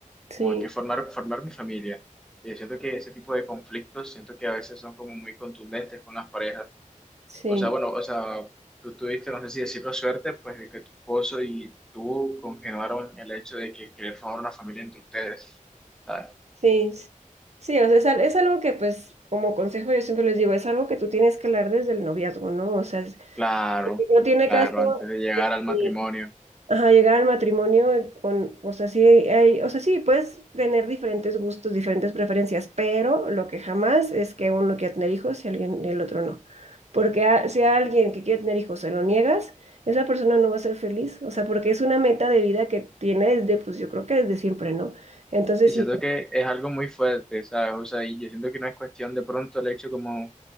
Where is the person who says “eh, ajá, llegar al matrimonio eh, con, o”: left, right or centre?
Right